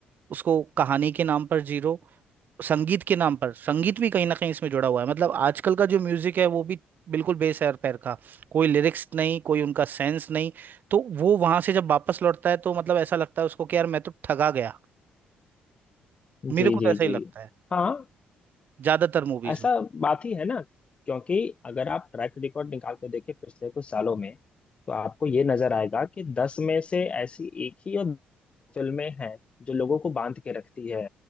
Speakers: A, on the right; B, on the left.
A: उसको कहानी के नाम पर जीरो संगीत के नाम पर संगीत भी कहीं ना कहीं इसमें जुड़ा हुआ है मतलब आजकल का जो म्यूजिक है वो भी बिल्कुल बेसैर पैर का कोई लिरिक्स नहीं कोई उनका सेंस नहीं तो वो वहां से जब वापस लौटता है तो मतलब ऐसा लगता है उसको कि यार मैं तो ठगा गया मेरे
B: जी
A: को तो
B: जी
A: ऐसा
B: जी
A: ही लगता है
B: हाँ
A: ज्यादातर मूवीज
B: ऐसा
A: में
B: बात ही है ना क्योंकि अगर आप ट्रैक रिकॉर्ड निकाल के देखें पिछले कुछ सालों में तो आपको ये नजर आएगा कि दस में से ऐसी एक ही और दो फिल्में हैं जो लोगों को बांध के रखती है